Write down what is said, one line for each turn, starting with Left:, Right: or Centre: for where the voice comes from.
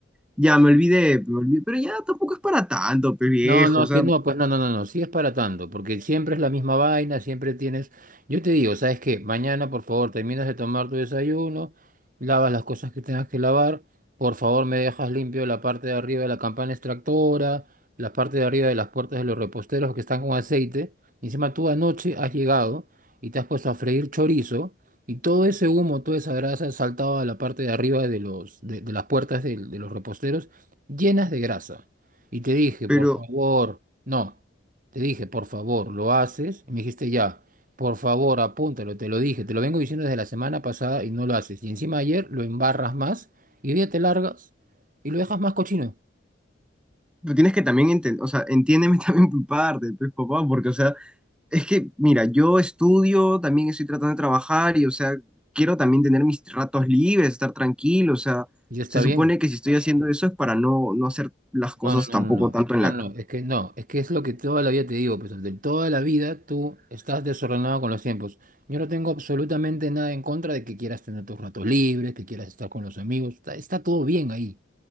Centre: ya me olvidé, me olvidé, pero ya tampoco es para tanto, pe viejo,
Right: No, no,
Centre: o
Right: es
Centre: sea,
Right: que no, pues no, no, no, no, sí es para tanto, porque siempre es la misma vaina, siempre tienes, yo te digo, ¿sabes qué? Mañana, por favor, terminas de tomar tu desayuno, lavas las cosas que tengas que lavar, por favor, me dejas limpio la parte de arriba de la campana extractora, la parte de arriba de las puertas de los reposteros que están con aceite, y encima tú anoche has llegado y te has puesto a freír chorizo, y todo ese humo, toda esa grasa ha saltado a la parte de arriba de los, de, de las puertas del- de los reposteros, llenas de grasa. Y te dije,
Centre: pero,
Right: por favor, no, te dije, por favor, lo haces. Y me dijiste, ya, por favor, apúntalo, te lo dije, te lo vengo diciendo desde la semana pasada y no lo haces. Y encima ayer lo embarras más y hoy día te largas y lo dejas más cochino.
Centre: tú tienes que también entender, o sea, entiéndeme <laughs> también por parte, pues, papá, porque, o sea, es que, mira, yo estudio, también estoy tratando de trabajar y, o sea, quiero también tener mis ratos libres, estar tranquilo, o sea,
Right: Y ya está
Centre: se supone
Right: bien.
Centre: que si estoy haciendo eso es para no, no hacer las cosas
Right: No, no, no,
Centre: tampoco
Right: no, no,
Centre: tanto
Right: es que
Centre: en
Right: no,
Centre: la...
Right: no,
Centre: ca-
Right: no, es que no, es que es lo que toda la vida te digo, pues de toda la vida tú estás desordenado con los tiempos. Yo no tengo absolutamente nada en contra de que quieras tener tus ratos libres, que quieras estar con los amigos, está, está todo bien ahí.